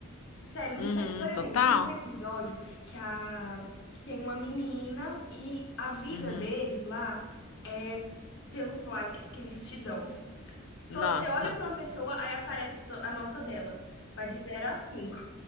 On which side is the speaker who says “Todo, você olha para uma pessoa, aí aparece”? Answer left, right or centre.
Left